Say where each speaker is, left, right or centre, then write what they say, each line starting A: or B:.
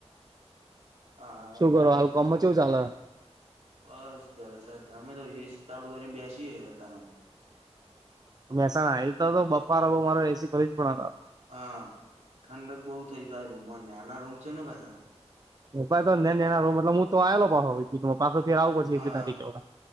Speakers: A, on the right (about 85°); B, on the right (about 35°).
A: હા
B: શું
A: અમારે
B: કરો હાલ કમ ચુ સાલા
A: બસ જલસા છે અમે તો એસી ચાલુ કરીને બેસીએ હતારમા
B: મહેસાણા એઈ તો તો બફારા બઉ મારો એસી કરી જ પણ હતા
A: હા ઠંડક બહુ થઇ જાય રૂમમાં નાના રૂમ છે ને પાછા
B: રાય તો ને એના રમ એટલે હ તો આવેલો પાો પા ફેરવું
A: હા
B: પડશે એક <unintelligible>